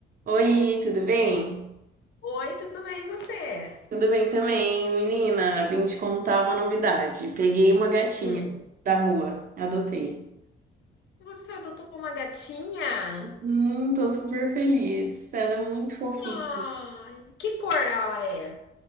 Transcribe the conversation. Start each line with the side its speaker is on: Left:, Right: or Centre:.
Right: Oi, tudo bem?
Left: Oi, tudo bem, e você?
Right: Tudo bem também, menina. Vim te contar uma novidade. Peguei uma gatinha
Left: Hum,
Right: da rua, adotei.
Left: Você adotou uma gatinha?
Right: Hum, tô super feliz. Ela é muito fofinha.
Left: Ai, que cor ela é?